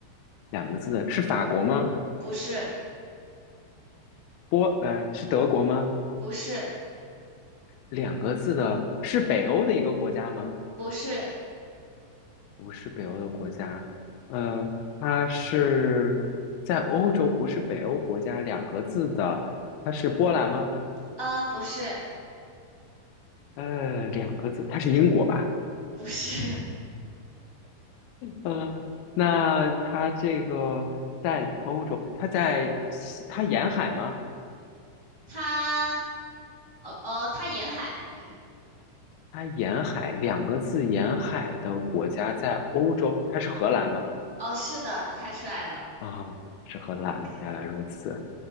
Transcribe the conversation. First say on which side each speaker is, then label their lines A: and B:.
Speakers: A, on the left; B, on the left.
A: 两个字的，是法国吗？
B: 不是，
A: 波，呃，是德国吗？
B: 不是，
A: 两个字的，是北欧的一个国家吗？
B: 不是，
A: 不是北欧的国家，呃，它是在欧洲，不是北欧国家。两个字的，它是波兰吗？
B: 呃，不是，
A: 呃，两个字，它是英国吧？
B: 不是。
A: 嗯，那它这个在欧洲，它在西它沿海吗？
B: <laughs> 它哦哦，它沿海，嗯，
A: 它沿海两个字，沿海的国家在欧洲，它是荷兰吗？
B: 哦，是的，你猜出来了
A: 啊，是荷兰，
B: ，OK。
A: 原来如此。